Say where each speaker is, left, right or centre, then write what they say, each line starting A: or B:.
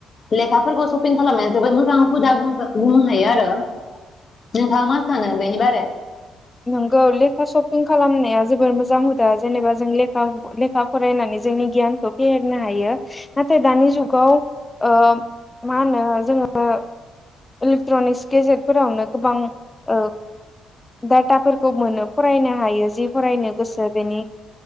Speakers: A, on the left (about 40°); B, on the left (about 20°).
A: लेखाफोरखौ सपिं खालामनाया जोबोद मोजां हुदा मोजां बुंनो हायो आरो नोंथाङा मा सानो बेनि बारै?
B: नोंगौ लेखा शपिं खालामनाया जोबोर मोजां हुदा जेनेबा जों लेखा लेखा फरायनानै जोंनि गियानखौ फेहेरनो हायो नाथाय दानि जुगाव ओ मा होनो जोङो इलेक्ट्रनिक्स गेजेटफोरावनो गोबां ओ डाटाफोरखौ मोनो फरायनो हायो जि फरायनो गोसो बेनि